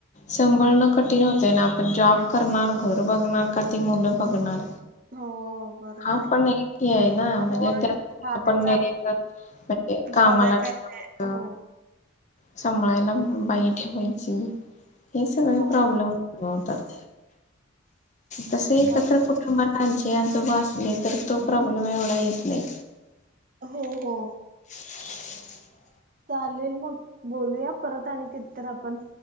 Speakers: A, on the left (about 35°); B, on the right (about 45°).
A: सांभाळणं कठीण होतं ना. आपण जॉब करणार घर बघणार का ती मुलं बघणार.
B: हो बरोबर
A: हा
B: आहे.
A: पण एक हे आहे ना म्हणजे
B: हो
A: त्यात
B: हा
A: आपण
B: त्याचा
A: एक म्हणजे कामाला
B: ड्रॉबॅक आहे
A: ठेवायचं
B: का हो.
A: सांभाळायला बाई ठेवायची. हे सगळे
B: हो
A: प्रॉब्लेम उद्भवतात. तसं एकत्र
B: बरोबर.
A: कुटुंबात आणि हे आजोबा असले, तर तो प्रॉब्लेम एवढा येत नाही.
B: हो हो.
A: <unintelligible>
B: चालेल मग, बोलूया परत आणि कधीतर आपण.